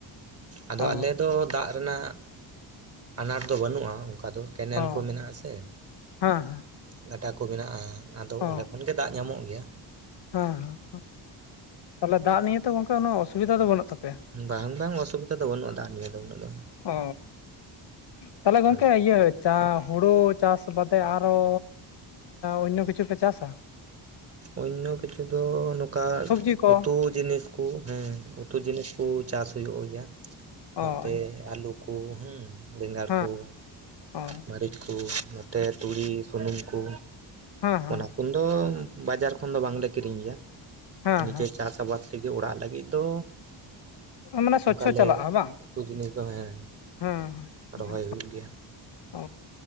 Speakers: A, on the right (about 30°); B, on the left (about 65°).
A: ᱟᱫᱚ
B: ᱚ
A: ᱟᱞᱮ ᱫᱚ ᱫᱟᱜ ᱨᱮᱱᱟᱜ ᱟᱱᱟᱴ ᱫᱚ ᱵᱟᱹᱱᱩᱜᱼᱟ ᱚᱱᱠᱟ ᱫᱚ ᱠᱮᱱᱮᱞ
B: ᱚ
A: ᱠᱚ ᱢᱮᱱᱟᱜ-ᱟ ᱥᱮ
B: ᱦᱮᱸ ᱦᱮᱸ
A: ᱜᱟᱰᱟ ᱠᱚ ᱢᱮᱱᱟᱜᱼᱟ ᱟᱫᱚ
B: ᱚ
A: ᱚᱸᱰᱮ ᱠᱷᱚᱱᱜᱮ ᱫᱟᱜ ᱧᱟᱢᱚᱜ ᱜᱮᱭᱟ
B: ᱦᱮᱸ ᱦᱮᱸ, ᱛᱟᱦᱚᱞᱮ ᱫᱟᱜ ᱱᱤᱭᱮ ᱚᱱᱠᱟ ᱩᱱᱟᱹᱜ ᱚᱥᱩᱵᱤᱫᱟ ᱫᱚ ᱵᱟᱹᱱᱩᱜ ᱛᱟᱯᱮᱭᱟ
A: ᱵᱟᱝ ᱵᱟᱝ ᱚᱥᱩᱵᱤᱫᱟ ᱫᱚ ᱵᱟᱹᱱᱩᱜ ᱟᱫᱟ ᱱᱤᱭᱟᱹ ᱫᱚ ᱩᱱᱟᱹᱜ ᱫᱚ
B: ᱚ ᱛᱟᱦᱚᱞᱮ ᱜᱚᱝᱠᱮ
A: ᱟᱫᱚ
B: ᱤᱭᱟᱹ ᱪᱟ ᱦᱩᱲᱩ ᱪᱟᱥ ᱵᱟᱫᱮ ᱟᱨᱚ ᱚᱱᱱᱚ ᱠᱤᱪᱷᱩ ᱯᱮ ᱪᱟᱥᱟ
A: ᱚᱱᱱᱚ ᱠᱤᱪᱷᱩ ᱫᱚ ᱱᱚᱝᱠᱟ
B: ᱥᱚᱵᱽᱡᱤ ᱠᱚ
A: ᱩᱛᱩ ᱡᱤᱱᱤᱥ ᱠᱚ ᱦᱮᱸ ᱩᱛᱩ ᱡᱤᱱᱤᱥ ᱠᱚ ᱪᱟᱥ ᱦᱩᱭᱩᱜ ᱜᱮᱭᱟ ᱱᱚᱛᱮ
B: ᱚ ᱦᱮᱸ
A: ᱟᱹᱞᱩ ᱠᱚ ᱦᱩᱸ ᱵᱮᱸᱜᱟᱲ
B: ᱚ
A: ᱠᱚ
B: ᱦᱮᱸ
A: ᱢᱟᱹᱨᱤᱪ ᱠᱚ ᱱᱚᱛᱮ ᱛᱩᱲᱤ ᱥᱩᱱᱩᱢ ᱠᱚ
B: ᱦᱮᱸ
A: ᱚᱱᱟ ᱠᱚ ᱫᱚ ᱵᱟᱡᱟᱨ ᱠᱷᱚᱱ ᱫᱚ ᱵᱟᱝᱞᱮ ᱠᱤᱨᱤᱧ ᱜᱮᱭᱟ
B: ᱦᱮᱸ
A: ᱱᱤᱡᱮ
B: ᱦᱮᱸ
A: ᱪᱟᱥ ᱟᱵᱟᱫ ᱛᱮᱜᱮ ᱚᱲᱟᱜ ᱞᱟᱹᱜᱤᱫ ᱫᱚ
B: ᱢᱟᱱᱮ ᱥᱚᱪᱪᱷᱚ
A: ᱚᱱᱠᱟ ᱞᱮ
B: ᱪᱟᱞᱟᱜᱼᱟ ᱵᱟᱝ
A: ᱩᱛᱩ ᱡᱤᱱᱤᱥ ᱫᱚ ᱦᱮᱸ
B: ᱦᱮᱸ
A: ᱨᱚᱦᱚᱭ
B: ᱦᱮᱸ,
A: ᱦᱩᱭᱩᱜ ᱜᱮᱭᱟ
B: ᱚ